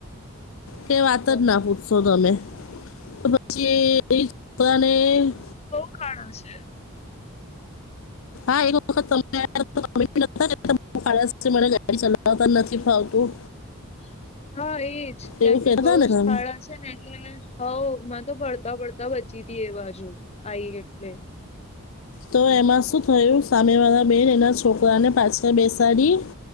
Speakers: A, on the left; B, on the left.
A: કે
B: અચ્છા
A: વાત જ ના પૂ સોધોમે, તો બછી <inaudible> એને.
B: ખણું છે.
A: હા, એક વખત તમે આયા ને અમે બી અતા ને <unintelligible> ખા <inaudible> મા ગાડી ચલાવતા જ નથી ફાવતું.
B: <inaudible> હા, એજ કેમ
A: એવું કહેતા
B: કે બઉ
A: ને તમે
B: જ ખાડા છે ને, એટલે હઉ માં તો પડતા પડ તવ જીતીએ એ બાજુ આઈ એટલે
A: તો એમાં શું થયું? સામે વાયા બેન એના સોકયાને પાસય બેસાડી